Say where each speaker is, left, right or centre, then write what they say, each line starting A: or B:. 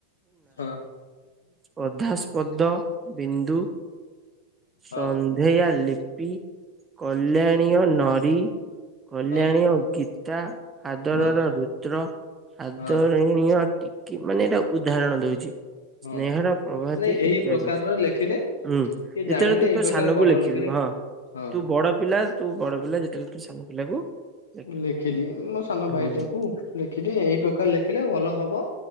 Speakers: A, on the left; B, on the right.
A: ହଁ
B: ଅଧାସ୍ପଦ, ବିନ୍ଦୁ, ସନ୍ଧେୟା
A: ହଁ
B: ଲିପି। କଲ୍ୟାଣୀୟ ନରୀ, କଲ୍ୟାଣୀୟ
A: ହଁ
B: ଗୀତା। ଆଦରର
A: ହଁ
B: ରୁଦ୍ର, ଆଦରଣୀ
A: ହଁ
B: ଅଟି। କି ମାନେ ଏଇଟା ଉଦାହରଣ ଦଉଛି,
A: ହଁ
B: ସ୍ନେହର ପ୍ରଭାତି
A: ମାନେ ଏହି
B: ଇତ୍ୟାଦି।
A: ପ୍ରକାରର ଲେଖିଲେ
B: ହୁଁ
A: କି
B: ଯେତେବେଳେ
A: ଜାଣିଲେ
B: ତୁ
A: ଏଇ
B: ତୋ
A: ପ୍ରକାର
B: ସାନକୁ
A: ଭଲ
B: ଲେଖିଲୁ
A: ଲେଖିଲେ
B: ହଁ
A: ହଁ
B: ତୁ ବଡ ପିଲା। ତୁ ବଡ ପିଲା ଯେତେବେଳେ ତୁ ସାନ ପିଲାକୁ ଲେଖିଲୁ
A: ଲେଖିଲି ମୋ ସାନ ଭାଇଟାକୁ
B: ହୁଁ
A: ଲେଖିଲି ଏଇ ପ୍ରକାର ଲେଖିଲେ ଭଲ ହବ।